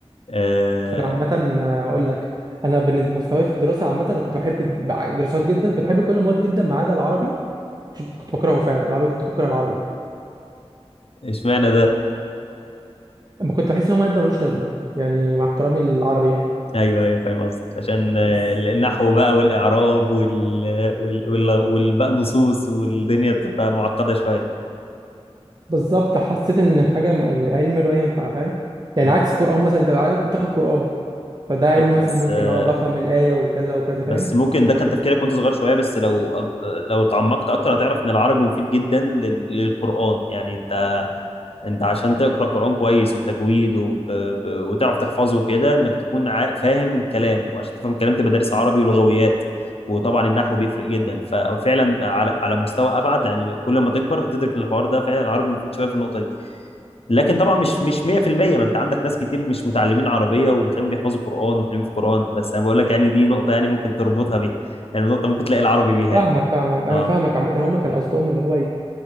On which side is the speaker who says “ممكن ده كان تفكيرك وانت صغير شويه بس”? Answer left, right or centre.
Left